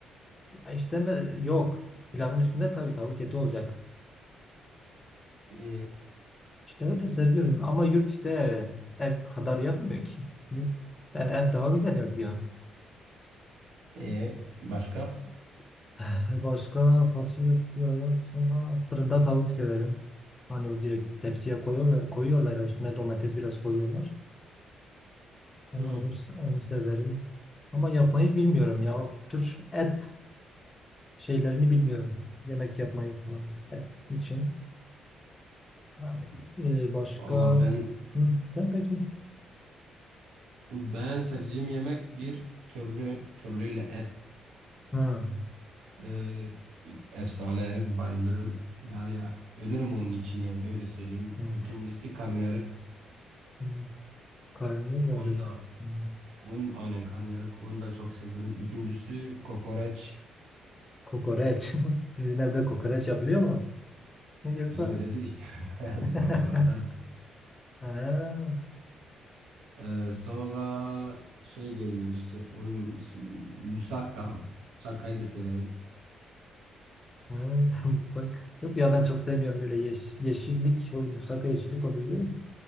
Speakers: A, on the left; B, on the right.
A: Ya işte mi? Yok. Pilavın üstünde tabii tavuk eti olacak.
B: E,
A: İşte öyle seviyorum ama yurt işte ev kadar yapmıyor ki. Yurt, e, ev daha güzel yapıyor.
B: e başka?
A: <sighs> <laughs> Başka fasulye yapıyorlar. Sonra fırında tavuk severim. Hani o direkt tepsiye koyuyorlar, koyuyorlar üstüne domates biraz koyuyorlar. Yani
B: Hı.
A: onu, onu severim. Ama yapmayı bilmiyorum ya. O tür et şeylerini bilmiyorum. Yemek yapmayı falan et için. Yani, e, başka
B: Valla ben
A: Hı, sen peki?
B: ben sevdiğim yemek bir türlü türlüyle et
A: Hı,
B: Ee, efsane bayılırım. Ya ya ölürüm onun için yani öyle söyleyeyim.
A: hı,
B: İkincisi karnıyarık.
A: hı. Karnıyarık.
B: Onu da
A: Hı.
B: on aynen karnıyarık. Onu da çok severim. Üçüncüsü kokoreç.
A: Kokoreç. <laughs> Sizin evde kokoreç yapılıyor mu? <laughs> Yoksa
B: Bizim evde değil işte. <laughs> Kraldır
A: <laughs>
B: Restoranda.
A: ha,
B: Ee, sonra şey geliyor işte onun ismi musakka. Musakka'yı da severim.
A: ha, <laughs> musak. Yok ya ben çok sevmiyorum böyle yeş yeşillik. O musaka yeşillik oluyor değil mi?